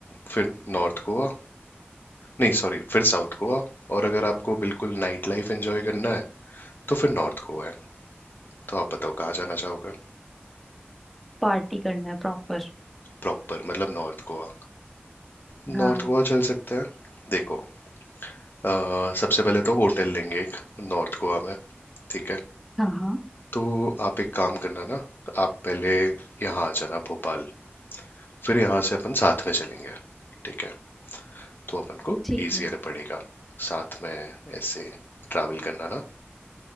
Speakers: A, on the left (about 60°); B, in the centre.
A: फिर नॉर्थ गोवा नहीं सॉरी फिर साउथ गोवा और अगर आपको बिल्कुल नाइट लाइफ एंजॉय करना है तो फिर नॉर्थ गोवा है तो आप बताओ कहाँ जाना चाहोगे
B: पार्टी करना है प्रॉपर
A: प्रॉपर मतलब नॉर्थ गोवा नॉर्थ
B: हाँ
A: गोवा चल सकते हैं देखो अ, सबसे पहले तो होटल लेंगे एक नॉर्थ गोवा में ठीक है
B: हाँ हाँ
A: तो आप एक काम करना ना आप पहले यहाँ आ जाना भोपाल फिर यहाँ से अपन साथ में चलेंगे ठीक है तो अपन को
B: ठीक
A: इजियर
B: है
A: पड़ेगा साथ में ऐसे ट्रैवल करना ना